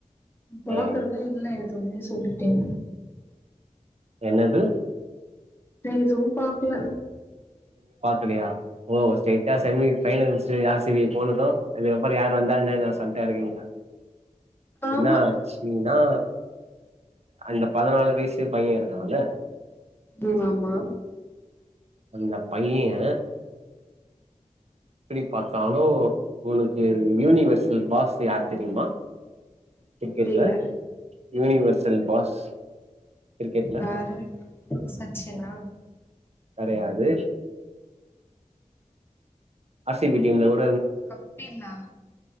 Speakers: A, on the right; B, on the left.
A: இந்த
B: பாக்குறதா இல்ல எதுமே சொல்லிட்டேன்
A: என்னது
B: எதுவும் பாக்கல
A: கலையா ஓ ஸ்ட்ரைட்டா semi finals R C B போனது அதுக்கபற யார் வந்தா என்னனு அசால்ட்டா இருக்கீங்களா
B: ஆமா
A: என அச்சினா அந்த பதனாலு வயசு பைய இருக்கால்ல
B: ம் ஆமா
A: அந்த பைய எப்டி பாத்தாலு உனுக்கு யூனிவர்செல் பாஸ் யார் தெரியுமா கிரிக்கெட்ல
B: புரியல
A: யூனிவர்சல் பாஸ் கிரிக்கெட்ல
B: யாரு சச்சினா
A: கெடையாது ஆர் சி பி டீம்ல ஒர்
B: கப்பீலா